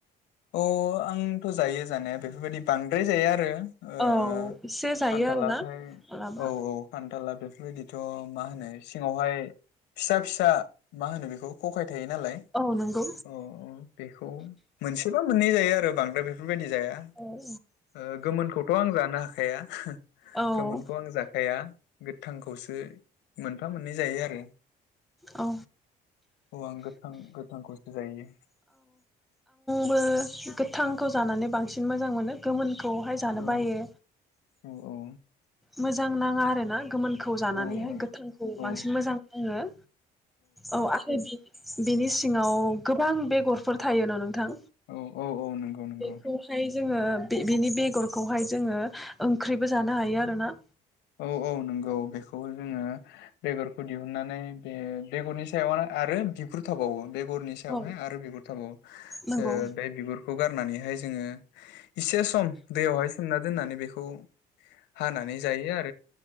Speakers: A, on the left; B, in the centre.
A: अ आंथ जायो जानाया बेफोरबायदि बांद्राय जाया आरो। ओ
B: औ एसे जायो
A: खान्थालाथाय
B: आरोना मालाबा
A: औ औ खान्थाला बेफोरबायदिथ मा होनो सिङावहाय। फिसा फिसा मा होनो बेखौ कखाय। थायो नालाय
B: औ नंगौ
A: औ बे <unintelligible> मोनसेबा मोननै जायो आरो बांद्राय बेफोर बेबायदि जाया
B: औ
A: ओ गोमोनखौथ आं जा नो हाखाया हो।
B: औ
A: गोमोनखौ आं जाखाया गोथांखौसो। मोनफा मोननै जायो आरो।
B: औ
A: औ आं गोथां गोथांखौसो जायो।
B: आबो गोथांखौ जानानै बांसिन मोजां मोनो गोमोन। खौहाय जानो
A: औ
B: बायो।
A: औ औ।
B: मोजां नाङा आरोना गोमोन। खौ जानानैहाय
A: औ
B: गोथांखौ बांसिन
A: औ
B: मोजां नाङो औ आङो बिनि बेनि सिङाव गोबां बेगरफोर थायोन नो थां
A: औ औ औ नंगौ नंगौ
B: बेखौहाय जोङो बि-बिनि बेगरखौहाय जोङो ओंख्रिबो जानो हायो आरोना
A: औ औ नोंगौ बेखौ खौबो जोङो बेगर दिहुननानै बे बेगरनि सायावनो आरो बिगुर थाबावो बे गरनि सायावहाय
B: औ
A: आरो बिगुर थाबावो
B: नंगौ
A: सोर बे बिगुर खौ गारनानैहाय जोङो इसे सम दैयावहाय सोमना दोननानै बेखौ हानानै जायो आ